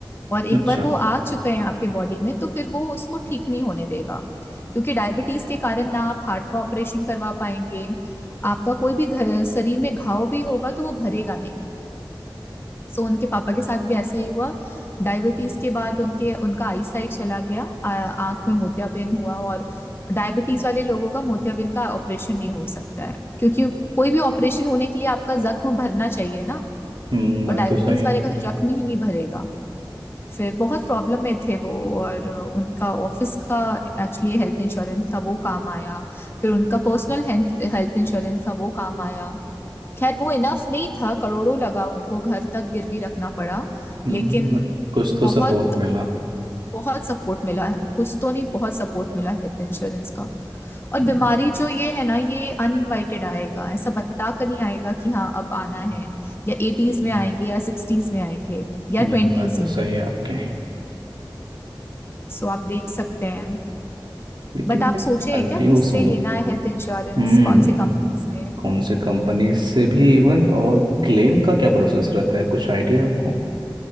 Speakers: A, on the left; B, on the right.
A: और एक
B: अच्छा
A: बार वो आ चुका है आपके बॉडी में तो फिर वो उसको ठीक नहीं होने देगा क्योंकि डायबिटीज के कारण ना आप हार्ट का ऑपरेशन करवा पाएंगे आपका कोई भी घ- शरीर में घाव भी होगा तो वो भरेगा नहीं सो उनके पापा के साथ भी ऐसा ही हुआ डायबिटीज के बाद उनके उनका आई साइट चला गया आ- आंख में मोतियाबिंद हुआ और डायबिटीज वाले लोगों का मोतियाबिंद का ऑपरेशन नहीं हो सकता है क्योंकि कोई भी ऑपरेशन होने के लिए आपका जख्म भरना चाहिए ना
B: हम्म बात
A: और डायबिटीज
B: तो सही है
A: वाले का तो जख्म ही नहीं भरेगा फिर बहुत प्रॉब्लम में थे वो और उनका ऑफिस का एक्चुअली हेल्थ इंश्योरेंस था वो काम आया फिर उनका पर्सनल हेल्थ इंश्योरेंस था वो काम आया खैर वो इनफ नहीं था करोड़ों लगा उनको घर तक गिरवी रखना पड़ा
B: हम्म
A: लेकिन
B: बट कुछ तो
A: बहुत
B: सपोर्ट मिला
A: बहुत सपोर्ट मिला है कुछ तो नहीं बहुत सपोर्ट मिला हेल्थ इंश्योरेंस का और
B: हम्म,
A: बीमारी जो ये है ना ये अनइनवाइटेड आएगा ऐसा बता कर नहीं आएगा कि हाँ अब आना है या एटीज में आएंगे या सिक्सटीज में आएंगे या
B: नहीं
A: ट्वेंटीज
B: बात तो सही
A: में
B: है आपके
A: सो आप देख सकते हैं
B: लेकिन
A: बट आप
B: मैं
A: सोचे
B: कंफ्यूज
A: हैं क्या किससे
B: हूँ
A: लेना है हेल्थ इंश्योरेंस
B: हम्म
A: कौन से कंपनी से
B: कौन से कंपनी से भी इवन और क्लेम का क्या प्रोसेस रहता है कुछ आइडिया आपको